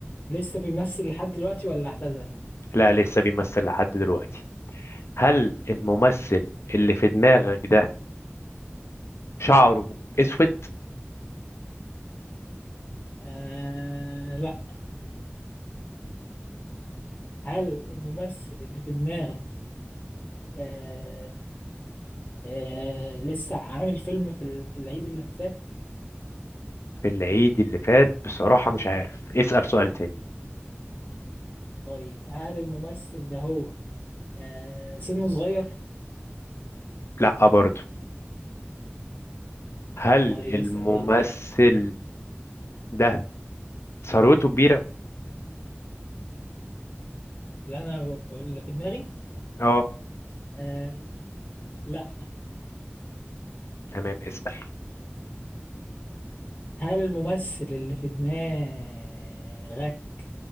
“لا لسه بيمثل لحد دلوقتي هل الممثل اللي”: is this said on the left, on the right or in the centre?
Left